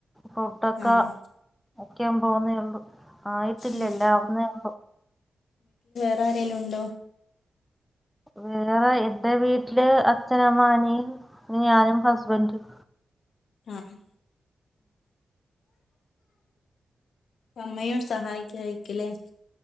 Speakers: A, in the centre; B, on the left (about 70°).
A: പുട്ടൊക്ക
B: ആഹ്
A: വിക്കാൻ പോകുന്നേ ഒള്ളൂ ആയിട്ടില്ലല്ലാ
B: വീ
A: ആവുന്നേ ഉള്ളു
B: രേലും ഉണ്ടോ?
A: വേറെ എറെ വീട്ടില് അച്ഛനമ്മാനീം ഞാനും ഹസ്ബൻഡും
B: ആഹ് അമ്മയോ സഹായിക്കായിരിക്കുല്ലേ